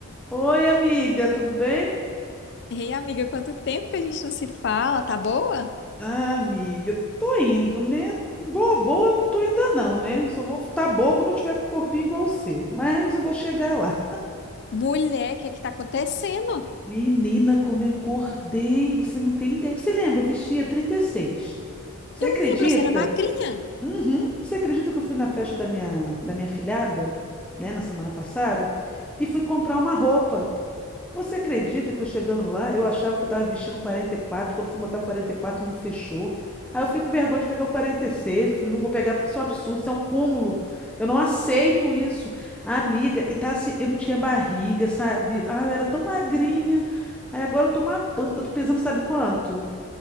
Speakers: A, in the centre; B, on the left (about 50°).
A: Oi, amiga, tudo bem?
B: Ei, amiga, quanto tempo que a gente não se fala, tá boa?
A: Ah, amiga, tô indo, né? Boa, boa, eu não tô ainda não, né? Só vou estar boa quando eu tiver com o corpinho igual o seu. Mas eu vou chegar lá.
B: Mulher, o que é que tá acontecendo?
A: Menina, como eu engordei, você não tem ideia. Você lembra, eu vestia 36. Você
B: Eu
A: acredita?
B: lembro, você era magrinha,
A: Uhum. Você acredita que eu fui na festa da minha, da minha filhada, né, na semana passada, e fui comprar uma roupa. Você acredita que eu chegando lá, eu achava que eu tava vestindo 44, quando fui botar 44 não fechou. Aí eu fiquei com vergonha de pegar o 46, eu falei, não vou pegar porque isso é um absurdo, isso é um cúmulo. Eu não aceito isso. A Amiga, e tá assim, eu não tinha barriga, sabe? Ah, eu era tão magrinha. Aí agora eu tô uma pança, eu tô pesando sabe quanto?